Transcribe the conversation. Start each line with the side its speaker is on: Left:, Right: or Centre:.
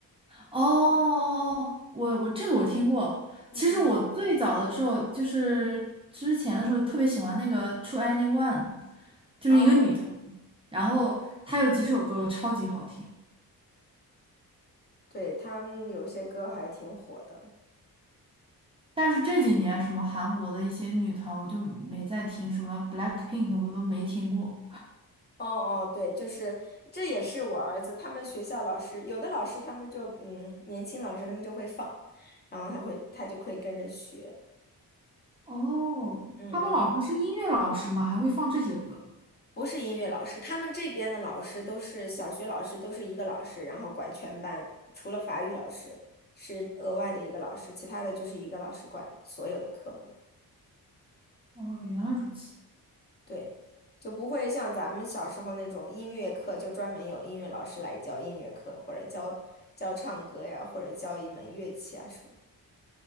Right: 哦哦哦，我我这个我听过。
Left: 嗯嗯，
Right: 其实我最早的时候，就是之前的时候，特别喜欢那个 To Anyone，就是一个女团，
Left: 哦，
Right: 然后她有几首歌超级好听。
Left: 对，他们有些歌还挺火的。
Right: 但是这几年什么韩国的一些女团，我就没再听，什么 BLACKPINK 我都没听过。
Left: 哦哦，对，就是这也是我儿子，他们学校老师有的老师他们就嗯，年轻老师他们就会放，然后他会他就会跟着学，
Right: 哦，
Left: 嗯嗯。
Right: 他们老师是音乐老师吗？还会放这些歌？
Left: 不是音乐老师，他们这边的老师都是小学老师，都是一个老师，然后管全班，除了法语老师是额外的一个老师，其他的就是一个老师管所有的科目。
Right: 哦，原来如此。
Left: 对，就不会像咱们小时候那种音乐课，就专门有音乐老师来教音乐课，或者教教唱歌呀，或者教一门乐器啊什么的。